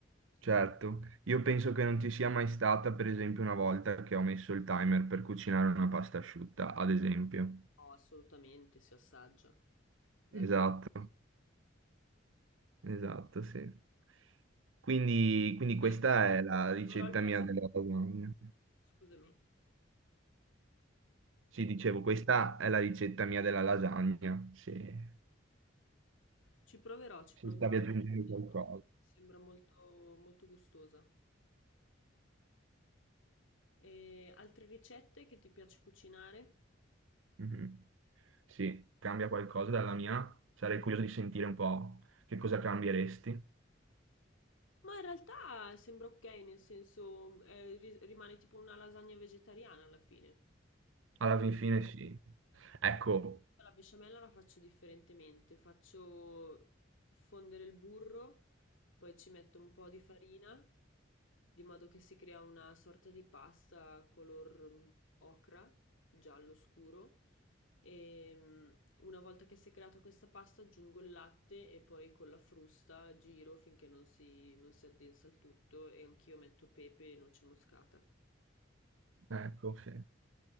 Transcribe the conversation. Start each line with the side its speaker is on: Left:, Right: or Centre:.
Right: certo, io penso che non ci sia mai stata, per esempio, una volta che ho messo il timer per cucinare una pasta asciutta, ad esempio.
Left: No, assolutamente, si assaggia. Davvero.
Right: Esatto, esatto, sì. Quindi, quindi questa
Left: Eh,
Right: è la ricetta
Left: Ci proverò il pastello,
Right: mia della lasagna.
Left: scusami.
Right: Sì,
Left: Dimmi.
Right: dicevo, questa è la ricetta mia della lasagna, se,
Left: Ci proverò, ci
Right: se
Left: proverò.
Right: stavi aggiungendo
Left: eh,
Right: qualcosa.
Left: Sembra molto, molto gustosa. E altre ricette che ti piace cucinare?
Right: Mhm. Sì, cambia qualcosa dalla mia? Sarei curioso di sentire un po' che cosa cambieresti.
Left: Ma in realtà sembra ok, nel senso eh, ri- rimane tipo una lasagna vegetariana alla fine.
Right: Alla
Left: Con-
Right: fin fine sì. Ecco,
Left: La besciamella la faccio differentemente, faccio fondere il burro, poi ci metto un po' di farina, di modo che si crea una sorta di pasta color mm, ocra, giallo scuro. E mm, una volta che si è creata questa pasta aggiungo il latte e poi con la frusta giro finché non si, non si addensa il tutto e anch'io metto pepe e noce moscata.
Right: ecco, sì.